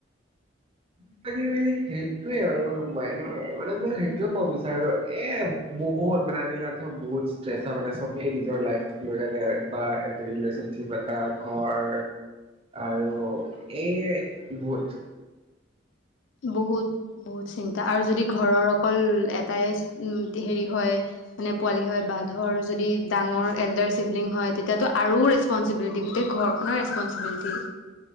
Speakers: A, on the right; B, on the left.
A: কিবা কিবি‌ মানে সেইটোৱে আৰু মাইনৰ মানে মই সেইটোৱে কব বিচাৰো এ বহুত মানে আজি কালি লৰা ছোৱালীবোৰ বহুত ষ্টেচাঞ মানে ছবেই নিজৰ লাইফ লৰা এটাই ৰিলেছন চিপ্ এটা ঘৰ আৰু এই বুধ।
B: বহুত বহুত চিন্তা আৰু যদি ঘৰৰ অকল এটাই হেৰি হয় মানে পোৱালি হয় বা ধৰ যদি ডাঙৰ এল্ডাৰ চিবলিং হয় তেতিয়াতো আৰু ৰেচপনচিবিলিটি গোটেই ঘৰখনৰ ৰেচপনচিবিলিটি।